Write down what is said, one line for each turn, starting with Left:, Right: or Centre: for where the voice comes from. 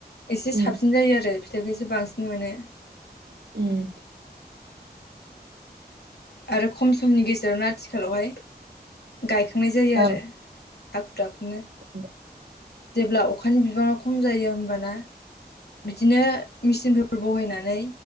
Left: एसे साबसिन
Right: उम
Left: जायो आरो फि थाइखौै एसे बांसिन मोनो।
Right: उम
Left: आरो खम समनि गेजेरावनो आथिखालावहाय गायखांनाय जायो
Right: औ
Left: आरो हाखु दाखुनो
Right: <inaudible>
Left: जेब्ला अखानि बिबाङा खम जायो होमबाना बिदिनो मेचिनफोर बहायनानै